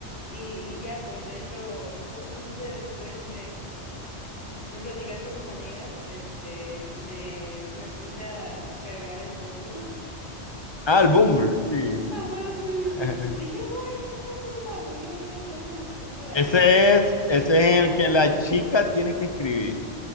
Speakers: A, on the left (about 45°); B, on the left (about 25°).
A: Y, y ya, pues, de hecho, justamente después de platicar con mis amigas, este, me, me puse a descargar el Bumble.
B: Ah, el Bumble, sí,
A: <laughs>
B: sí.
A: Ajá, sí,
B: <laughs>
A: sí, sí. Dije, bueno, pues a ver, tal vez es por ahí,
B: Ese
A: tan,
B: es,
A: quién
B: ese es
A: sabe.
B: en el que la chica tiene que escribir.